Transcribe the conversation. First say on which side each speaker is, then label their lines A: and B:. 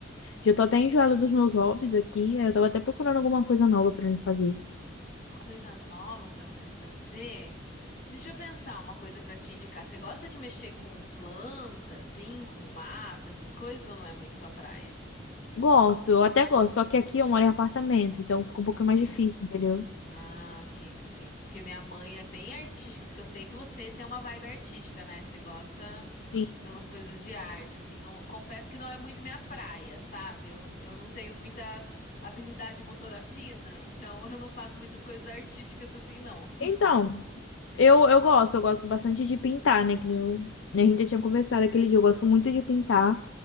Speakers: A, on the left; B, on the left.
A: já tô até enjoada dos meus hobbies aqui. Eu tava até procurando alguma coisa nova para me fazer.
B: uma coisa nova pra você fazer. Deixa eu pensar uma coisa pra te indicar. Você gosta de mexer com planta, assim, com mato, essas coisas, ou não é muito sua praia?
A: Gosto, eu até gosto, só que aqui eu moro em apartamento, então fica um pouquinho mais difícil, entendeu?
B: Ah, fica, fica. Porque minha mãe é bem artística, assim, que eu sei que você tem uma vibe artística, né? Você gosta
A: Sim.
B: de umas coisas de arte, assim. Não, confesso que não é muito minha praia, sabe? Eu, eu não tenho muita habilidade motora fina, então <laughs> eu não faço muitas coisas artísticas assim, não.
A: Então, eu, eu gosto, eu gosto bastante de pintar, né? Que nem eu, né, a gente
B: Uhum.
A: já tinha conversado aquele dia, eu gosto muito de pintar,